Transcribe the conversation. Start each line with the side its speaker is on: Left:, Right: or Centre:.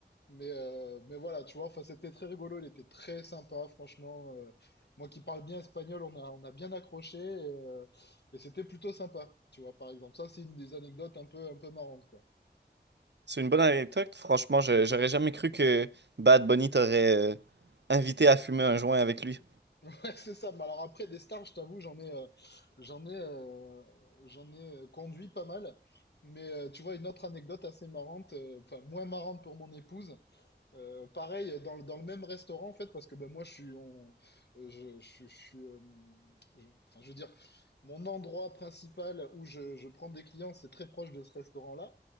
Left: Mais, euh, mais voilà, tu vois, enfin, c'était très rigolo, il était très sympa, franchement. euh, moi qui parle bien espagnol, on a, on a bien accroché et, euh, et c'était plutôt sympa, tu vois, par exemple. Ça, c'est une des anecdotes un peu, un peu marrantes, quoi.
Right: C'est une bonne anecdote. Franchement, je- j'aurais jamais cru que Bad Bunny t'aurait euh, invité à fumer un joint avec lui.
Left: <laughs> Ouais, c'est ça. Mais alors après, des stars, je t'avoue, j'en ai, euh, j'en ai, euh, j'en ai euh, conduit pas mal. Mais euh, tu vois, une autre anecdote assez marrante, euh, enfin, moins marrante pour mon épouse. Euh, pareil, dans le, dans le même restaurant, en fait, parce que ben, moi, je suis, on, euh, je, je, suis- je suis euh, je- enfin, je veux dire, mon endroit principal où je, je prends des clients, c'est très proche de ce restaurant-là.